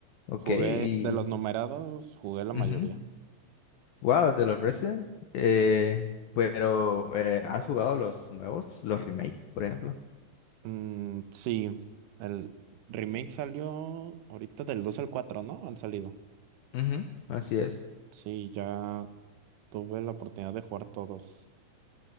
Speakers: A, on the left; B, on the right.
A: ok,
B: Jugué
A: y...
B: de los numerados, jugué la
A: ujú,
B: mayoría.
A: Wow, de los Resident, eh, pero eh, ¿has jugado los nuevos, los remake, por ejemplo?
B: Mm, sí, el remake salió ahorita del 2 al cuatro ¿no? Han salido.
A: Ujú, así es.
B: Sí, ya tuve la oportunidad de jugar todos.